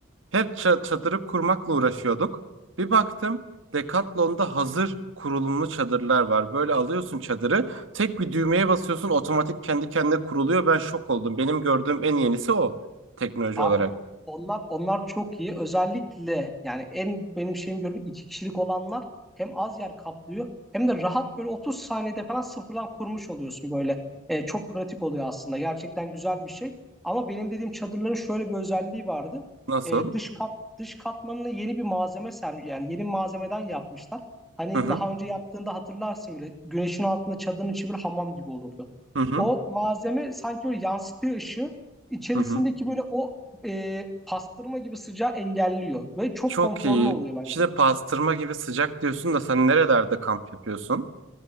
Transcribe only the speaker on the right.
Hep ça- çadırı kurmakla uğraşıyorduk. Bir baktım Decathlon'da hazır kurulumlu çadırlar var. Böyle alıyorsun çadırı, tek bir düğmeye basıyorsun otomatik kendi kendine kuruluyor. Ben şok oldum. Benim gördüğüm en yenisi o teknoloji
olarak.
Nasıl?
Hı hı.
Hı hı,
hı hı.
Çok
iyi.
Şimdi pastırma gibi sıcak diyorsun da sen nerelerde kamp yapıyorsun?